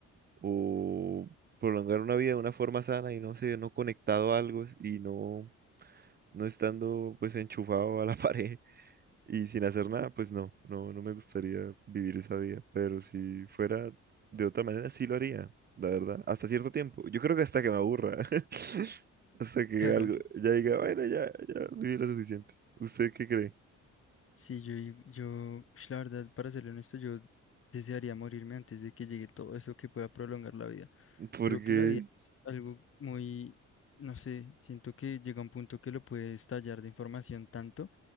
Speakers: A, on the right; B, on the left.
A: o prolongar una vida de una forma sana y no sé, no conectado a algo y no, no estando pues enchufado a la <laughs> pared y sin hacer nada, pues no, no, no me gustaría vivir esa vida, pero si fuera de otra manera, sí lo haría, la verdad, hasta cierto tiempo. Yo creo que hasta que me aburra, <laughs> hasta que
B: <laughs>
A: algo
B: Claro.
A: ya diga, bueno, ya, ya viví lo suficiente. ¿Usted qué cree?
B: Sí, yo, i- yo, ush, la verdad, para serle honesto, yo desearía morirme antes de que llegue todo eso que pueda prolongar la vida.
A: Porque...
B: Creo que la vida es algo muy, no sé, siento que llega un punto que lo puede estallar de información tanto